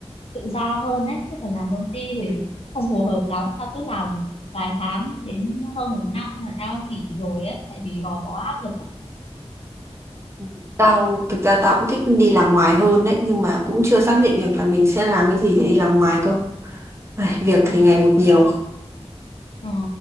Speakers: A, on the left; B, on the right.
A: tự do hơn ấy chứ còn làm công ty
B: Ừ.
A: thì không phù hợp lắm tao cứ làm vài tháng đến hơn một năm là tao nghỉ rồi ấy tại vì gò bó áp lực á
B: ừ. tao thực ra tao cũng thích đi làm ngoài hơn đấy nhưng mà cũng chưa xác định được là mình sẽ làm cái gì để đi làm ngoài cơ Ai, việc
A: ờ
B: thì ngày một nhiều
A: ờ